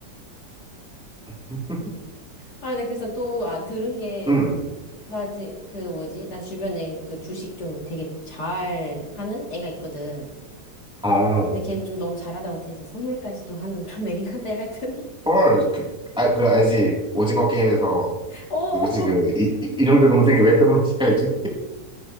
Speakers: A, in the centre; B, on the left.
A: <laughs>
B: 아, 나 그래서 또, 아, 들은 게,
A: 응.
B: 나, 드- 그, 뭐지? 나 주변에 그 주식 좀 되게 잘 하는 애가 있거든.
A: 어.
B: 근데 걔는 좀 너무 잘하다 못해 이제 선물까지도 하는 그런 애긴 한데, 하여튼. <laughs>
A: 헐. 그, 아, 그 알지? 오징어 게임에서
B: 어,
A: 누구지? 그
B: <laughs>
A: 이, 이, 이령대 동생이 왜 들어오는지 알지?